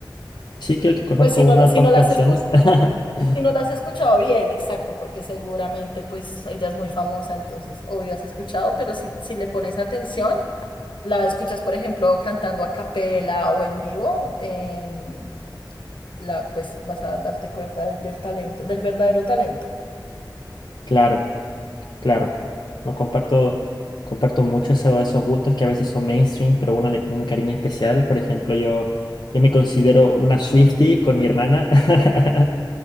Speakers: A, on the left; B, on the left.
A: Sí, creo que conozco
B: Pues si
A: unas
B: no, si
A: dos
B: no
A: canciones.
B: la has escuchado
A: <laughs>
B: Si no la has escuchado bien, exacto, porque seguramente pues ella es muy famosa, entonces obvio has escuchado, pero si, si le pones atención, la escuchas, por ejemplo, cantando a capela o en vivo, em, la, pues vas a darte cuenta del, del talento, del verdadero talento.
A: Claro. Claro, no comparto, comparto mucho eso- esos gustos que a veces son mainstream, pero uno le tiene un cariño especial. Por ejemplo, yo, yo me considero una Swiftie con mi hermana. <laughs>